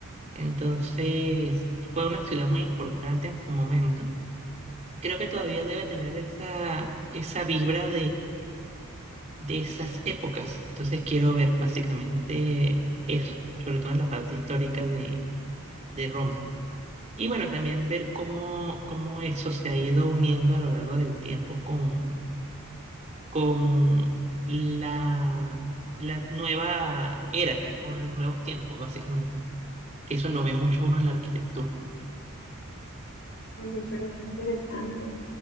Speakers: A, on the right; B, on the left.
A: Entonces, fue una ciudad muy importante en su momento. Creo que todavía debe tener esa, esa vibra de esas épocas. Entonces quiero ver básicamente eso, sobre todo en la parte histórica de, de Roma. Y bueno, también ver cómo, cómo eso se ha ido uniendo a lo largo del tiempo con, con la, la nueva era, con los nuevos tiempos, básicamente. Que eso lo ve mucho uno en la arquitectura.
B: Oye, pero qué interesante.